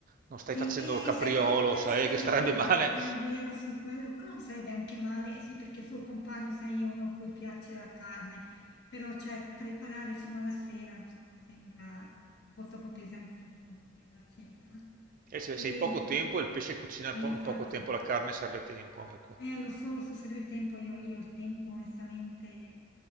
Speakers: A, on the right; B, on the left.
A: non stai
B: Sì,
A: facendo
B: e
A: capriolo,
B: sai cosa sto pensando?
A: sai che starebbe
B: Esa,
A: male.
B: è vero, sì, quello, quello non sarebbe anche male, eh sì, perché il suo compagno, sai, è uno a cui piace la carne, però cioè preparare insomma la sera, insomma, mi sembra un po' troppo pesantino per la cena.
A: E se,
B: E,
A: se hai poco tempo, il pesce cucina
B: e
A: in
B: infatti,
A: po- in poco tempo, la carne serve tempo, ecco.
B: eh, lo so, lo so, se avrei tempo, io, io ho il tempo onestamente